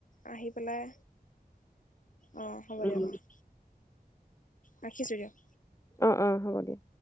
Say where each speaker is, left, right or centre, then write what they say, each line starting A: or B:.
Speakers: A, on the left (about 55°); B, on the left (about 20°).
A: আহি পেলাই অ', হ'ব
B: উম,
A: দিয়ক অ'। ৰাখিছোঁ দিয়ক।
B: অ' অ' হ'ব দিয়া।